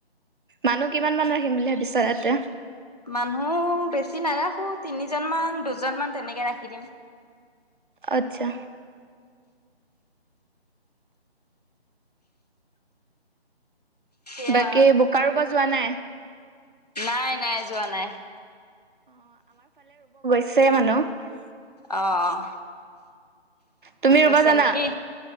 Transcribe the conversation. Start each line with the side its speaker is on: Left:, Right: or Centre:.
Right: মানুহ কিমান ৰাখিম বুলি ভাবিছা তাতে
Left: মানুহ বেছি নাৰাখোঁ তিনিজনমান দুজনমান তেনেকে ৰাখি দিম।
Right: আচ্ছা
Left: সেয়া
Right: বাকী বোকাৰোৱ যোৱা নাই?
Left: নাই-নাই, যোৱা নাই।
Right: আছে মানুহ <unintelligible>
Left: অহ-অহ
Right: তুমি ৰুব
Left: গৈছে
Right: জানা?
Left: নেকি?